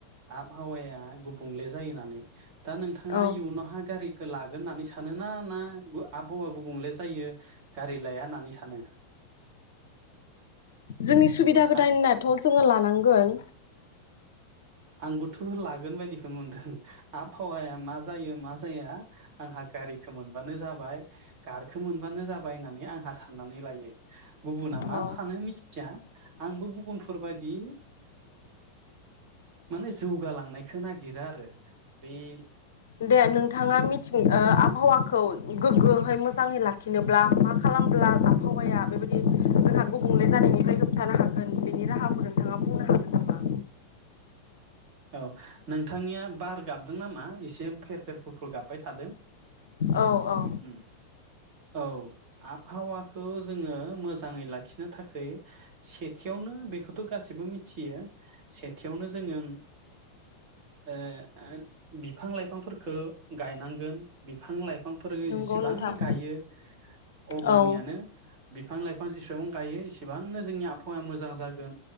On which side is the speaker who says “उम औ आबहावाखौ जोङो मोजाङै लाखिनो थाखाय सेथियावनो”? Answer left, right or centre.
Right